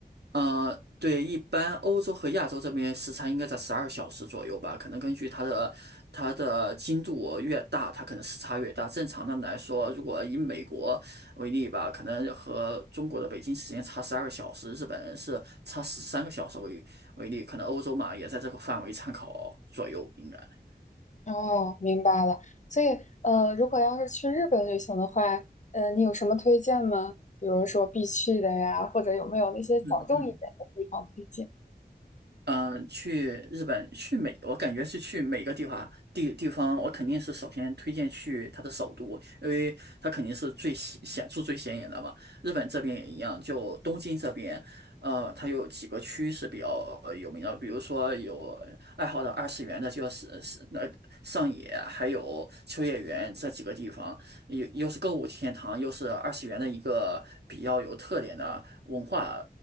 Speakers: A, on the right (about 75°); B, on the left (about 45°).
A: 呃，对，一般欧洲和亚洲这边时差应该在十二小时左右吧，可能根据它的它的精度越大，它可能时差越大。正常的来说，如果以美国为例吧，可能和中国的北京时间差十二小时，日本人是差十三个小时为为例，可能欧洲嘛也在这个范围参考左右，应该。
B: 哦，明白了。所以，呃，如果要是去日本旅行的话，呃，你有什么推荐吗？比如说必去的呀，或者有没有那些小众一点的地方推荐？
A: 嗯嗯。嗯、呃去日本，去每，我感觉是去每个地方地地方，我肯定是首先推荐去它的首都，因为它肯定是最显显著、最显眼的嘛。日本这边也一样，就东京这边，呃，它有几个区是比较呃有名的，比如说有爱好的二次元的，就是是那上野，还有秋叶原这几个地方，又又是购物天堂，又是二次元的一个比较有特点的。文化